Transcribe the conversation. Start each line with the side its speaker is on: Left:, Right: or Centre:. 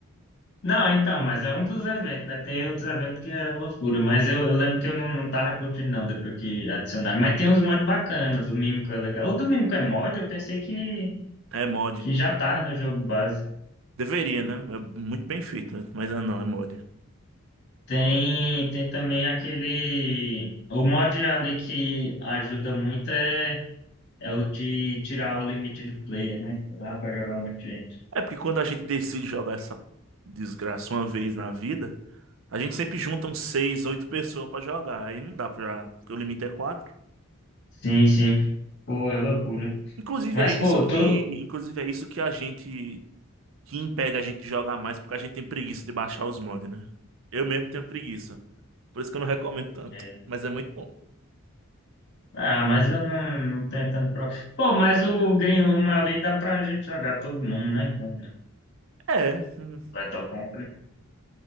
Left: Não, então, mas é um dos eventos, né? Tem outros eventos que é loucura, mas eu, eu lembro que eu não, não tava curtindo, não, depois que adicionaram. Mas tem uns mods bacanas, o do Mímico é legal. O do Mímico é mod? Eu pensei que.
Right: É mod.
Left: que já tá, né, no jogo base.
Right: Deveria, né? É muito bem feito, né? mas ah, não, é mod.
Left: Tem, tem também aquele. O mod ali que ajuda muito é, é o de tirar o limite de player, né? Lá pra jogar o meu cliente.
Right: É porque quando a gente decide jogar essa desgraça uma vez na vida, a gente sempre junta uns 6 8 pessoas pra jogar. Aí não dá pra. Porque o limite é quatro
Left: Sim, sim. Pô, é loucura.
Right: Inclusive
Left: Mas,
Right: é isso
Left: pô,
Right: que,
Left: tu.
Right: inclusive é isso que a gente que impede a gente de jogar mais, porque a gente tem preguiça de baixar os mods, né? Eu mesmo tenho preguiça. Por isso que eu não <laughs> recomendo tanto,
Left: é.
Right: mas é muito bom.
Left: Ah, mas eu não, não tenho tanto problema. Pô, mas o Green Room ali dá pra gente jogar todo mundo, né? Com
Right: É, hum,
Left: Lethal Company.